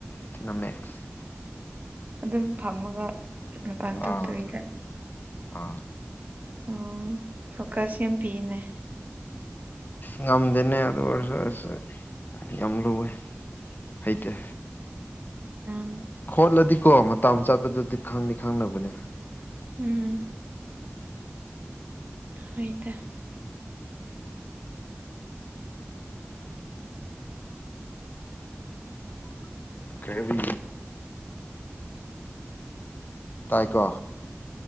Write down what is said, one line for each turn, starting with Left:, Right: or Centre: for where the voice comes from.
Left: ꯁꯤꯅꯃꯤꯛꯁ
Right: ꯑꯗꯨꯝ ꯐꯝꯃꯒ ꯃꯄꯥꯟ ꯊꯣꯛꯇꯕꯤꯗ
Left: ꯑꯥ ꯑꯥ
Right: ꯎꯝ ꯐꯣꯀꯁ ꯌꯥꯝ ꯄꯤꯅꯦ
Left: ꯉꯝꯗꯦꯅꯦ ꯑꯗꯨ ꯑꯣꯏꯔꯁꯨ ꯑꯁ ꯌꯥꯝ ꯂꯨꯋꯦ ꯍꯩꯇ
Right: ꯎꯝ
Left: ꯈꯣꯠꯂꯗꯤ ꯀꯣ ꯃꯇꯝ ꯆꯠꯄꯗꯨꯗꯤ ꯈꯪꯅꯤ ꯈꯪꯅꯕꯅꯦ
Right: ꯎꯝ ꯍꯣꯏꯗ
Left: ꯀꯔꯤ ꯇꯥꯏꯀꯣ